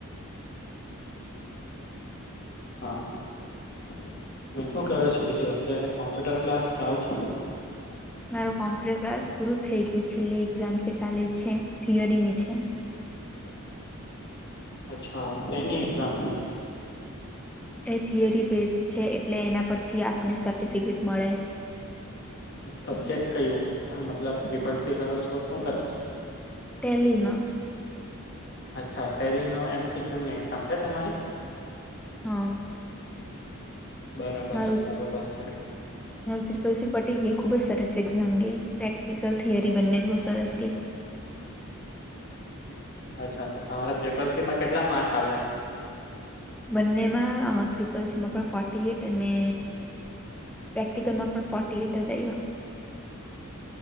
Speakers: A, on the left (about 45°); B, in the centre.
A: હા શું કરો છો બીજું અત્યારે કોમ્પ્યુટર ક્લાસ જાવ છો.
B: મારુ કોમ્પ્યુટર ક્લાસ પૂરું થઈ ગયું છે, એક્ઝામ કાલે છે થિયરી ની છે.
A: અચ્છા સેની એક્ઝામ
B: એ થિયરી બેઝ છે એટલે એના પરથી આપને સર્ટિફિકેટ મળે.
A: સબ્જેક્ટ કયું એમ મતલબ ડિફેન્સી કરો છો શું કરો છો?
B: ટેલીમાં.
A: અચ્છા ટેલીનો એમસીક્યુની એક્ઝામ છે તમારી.
B: હા.
A: બરોબર
B: મારું
A: છે બરોબર છે.
B: ત્રિપલ સી પટી ગઈ ખુબ જ સરસ એક્ઝામ ગઈ પ્રેક્ટિકલ થિયરી બંને જ બહુ સરસ ગઈ.
A: અચ્છા તો તમારા ત્રિપલ સી માં કેટલા માર્ક આવ્યા.
B: બંનેમાં ત્રિપલ સીમાં પણ ફોર્ટી એટ અને પ્રેક્ટિકલમાં પણ ફોર્ટી એટ જ આયવા.